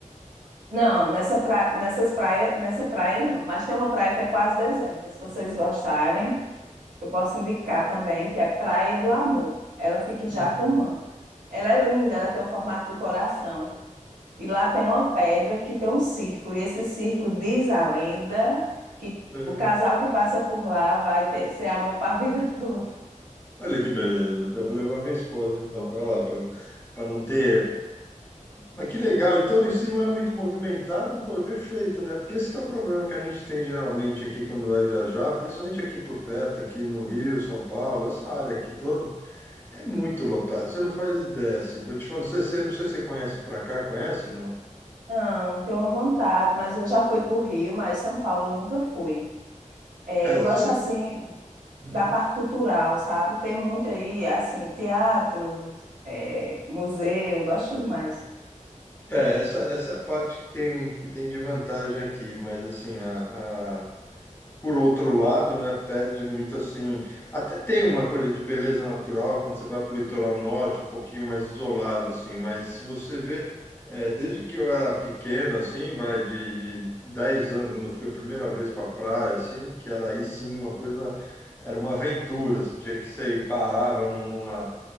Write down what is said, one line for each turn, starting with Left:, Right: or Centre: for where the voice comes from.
Right: Não, nessa pra... nessas praia... nessa praia não. Mas tem uma praia que é quase deserta. Se vocês gostarem, Eu posso indicar também que é Praia do Amor. Ela fica em Jacumã.
Left: Uhum.
Right: Ela é linda, ela tem o formato do coração. E lá tem uma pedra que tem um círculo. E esse círculo diz a lenda que
Left: É.
Right: o casal que passa por lá vai ter, ser amor para a vida <laughs> toda.
Left: Olha que beleza. Já vou levar minha esposa então para lá, para não ter. Mas que legal. Então, e se não é muito movimentado, pô, é perfeito, né? Porque esse que é o problema que a gente tem geralmente aqui quando vai viajar, principalmente aqui por perto, aqui no Rio, São Paulo, essa área aqui toda, é muito lotado. Você não faz ideia assim. Vou te falar, você, você- não sei se você conhece para cá, conhece, não?
Right: Não, tenho vontade, mas eu já fui para o Rio, mas São Paulo eu nunca fui. É,
Left: É,
Right: eu
Left: só
Right: gosto assim
Left: Uhum.
Right: da parte cultural, sabe? Tem muito aí, assim, teatro, é, museu, eu gosto demais.
Left: É, essa, essa é a parte que tem, que tem de vantagem aqui, mas assim, a, a- por outro lado, né, perde muito assim. Até tem uma coisa de beleza natural quando você vai para o litoral norte, um pouquinho mais isolado, assim, mas se você vê, é, desde que eu era pequeno, assim, vai de, de 10 anos, quando eu fui a primeira vez para a praia, assim, que era aí sim uma coisa, era uma aventura, você tinha que sair, parava num- numa